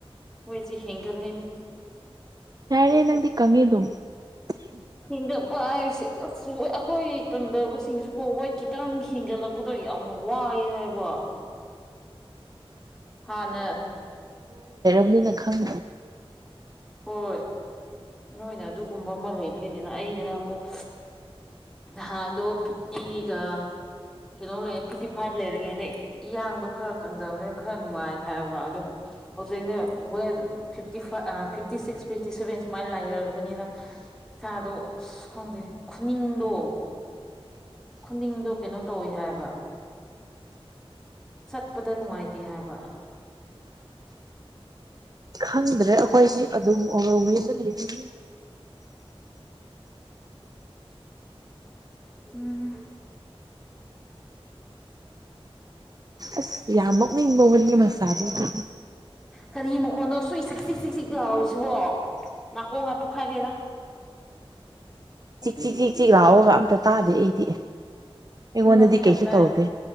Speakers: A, in the centre; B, on the right (about 40°).
A: ꯃꯣꯏꯁꯤ ꯍꯦꯟꯒꯠ ꯂꯦꯅꯦ
B: ꯌꯥꯔꯦ ꯅꯪꯗꯤ ꯀꯪꯑꯦ ꯑꯗꯨꯝ꯫ <unintelligible>
A: ꯍꯦꯡꯒꯠꯄ ꯍꯥꯏꯁꯦ ꯎ ꯆꯨꯏ ꯑꯈꯣꯏ ꯀꯪꯗꯕꯁꯤꯡꯁꯨ ꯀꯣ ꯋꯦꯠ ꯈꯤꯇꯪ ꯍꯦꯟꯒꯠꯂꯛꯄꯗꯣ ꯌꯥꯝ ꯋꯥꯏ ꯍꯥꯏꯕ ꯍꯥꯟꯅ
B: ꯅꯤꯅ ꯈꯥꯡ
A: ꯍꯣꯏ꯫ ꯅꯣꯏꯅ ꯑꯗꯨꯒꯨꯝꯕ ꯑꯃ ꯂꯩꯕꯒꯤꯅꯤꯅ ꯑꯩ ꯑꯗꯨꯅ ꯑꯃꯨꯛ ꯅꯍꯥꯟꯗꯣ ꯐꯤꯐꯇꯤꯒ ꯀꯩꯅꯣ ꯂꯩ ꯐꯤꯐꯇꯤ ꯐꯥꯏꯚ ꯂꯩꯔꯤꯉꯩꯗ ꯏꯌꯥꯡꯗꯣ ꯈꯔ ꯀꯪꯗꯕꯅꯤ ꯈꯔ ꯅꯨꯡꯉꯥꯏ ꯍꯥꯏꯕ ꯑꯗꯣ ꯍꯧꯖꯤꯛꯅꯦ ꯋꯦꯠ ꯐꯤꯞꯇꯤ ꯐꯥ uh fifty six fifty seven ꯁꯨꯃꯥꯏꯅ ꯂꯥꯏꯔꯕꯅꯤꯅ ꯏꯁꯥꯗꯣ ꯑꯁ ꯈꯪꯗꯦ ꯈꯨꯅꯤꯡꯗꯣ ꯈꯨꯅꯤꯡꯗꯣ ꯀꯩꯅꯣ ꯇꯧꯋꯤ ꯍꯥꯏꯑꯦꯕ ꯆꯠꯄꯗ ꯅꯨꯡꯉꯥꯏꯇꯦ ꯍꯥꯏꯕ꯫
B: ꯈꯪꯗ꯭ꯔꯦ ꯑꯩꯈꯣꯏꯁꯤ ꯑꯗꯨꯝ ꯑꯣꯚꯔ ꯋꯦꯠ <inaudible>
A: ꯎꯝ
B: ꯑꯁ ꯌꯥꯝ ꯅꫭꯛꯅꯤꯡꯕ ꯑꯃꯗꯒꯤ ꯃꯁꯥꯕꯧꯗꯤ
A: ꯀꯔꯤ ꯃꯈꯣꯟꯅꫭ ꯁꯨꯛ ꯆꯤꯛ ꯆꯤꯛ ꯆꯤꯛ ꯆꯤꯛ ꯂꯥꯎꯔꯤꯁꯤꯕꯣ ꯅꯥꯀꯣꯡ ꯉꯥ ꯄꯣꯛꯈꯥꯏꯔꯦꯗ꯫
B: ꯆꯤꯛ ꯆꯤꯛ ꯆꯤꯛ ꯆꯤꯛ ꯂꯥꯑꯣꯕꯒ ꯑꯝꯇ ꯇꯥꯗꯦ ꯑꯩꯗꯤ꯫ ꯑꯩꯉꯣꯟꯗꯗꯤ
A: ꯑꯩꯉꯣꯟꯗ ꯌꯥꯝ
B: ꯀꯩꯁꯨ
A: ꯇꯥꯏ
B: ꯇꯧꯗꯦ